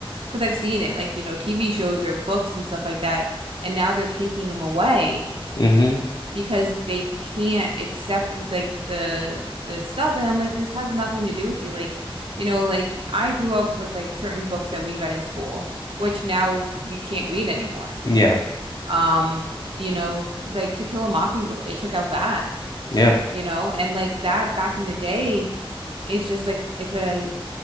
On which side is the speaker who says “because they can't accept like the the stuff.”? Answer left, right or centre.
Right